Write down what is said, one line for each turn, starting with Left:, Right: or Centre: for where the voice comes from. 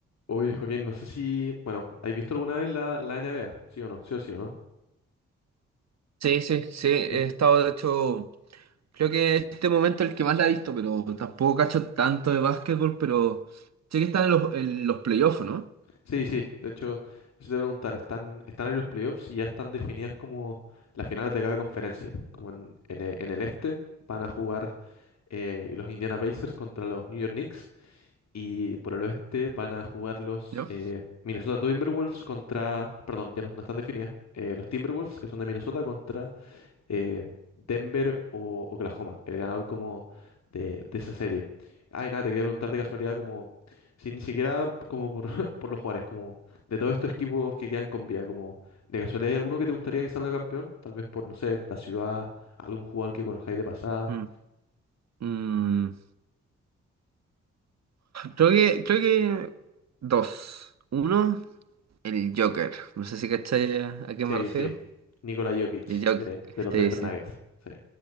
Left: Oye, Joaquín, no sé si, bueno, ¿has visto alguna vez la, la NBA? ¿Sí o no? ¿Sí o sí o no?
Right: Sí, sí, sí, he
Left: Sí,
Right: estado, de hecho, creo que este momento es el que más la he visto, pero tampoco cacho tanto de básquetbol, pero sé que están en los, en los playoffs, ¿no?
Left: sí, sí. De hecho, eso te iba a preguntar, ¿están, están en los playoffs y ya están definidas como las finales de cada conferencia? Como en, en e- en el este van a jugar eh, los Indiana Pacers contra los New York Knicks y por el oeste van a jugar los
Right: ¿No?
Left: eh, Minnesota Timberwolves contra, perdón, ya no, no están definidas, eh, los Timberwolves que son de Minnesota contra eh, Denver o Oklahoma, el ganador como de, de esa serie. Ay, nada, te quería preguntar de casualidad como, si ni siquiera como por, <laughs> por los Juárez, como de todos estos equipos que quedan con vida, como de casualidad hay alguno que te gustaría que salga campeón, tal vez por, no sé, la ciudad, algún jugador que conozcáis de pasada.
Right: Mm. Mm, Creo que, creo que dos. Uno, el Joker. No sé si cachai a, a qué
Left: Sí,
Right: me refiero.
Left: sí, Nikola Jokic
Right: El Joker,
Left: de, de los
Right: sí,
Left: Denver
Right: sí.
Left: Nuggets. Sí.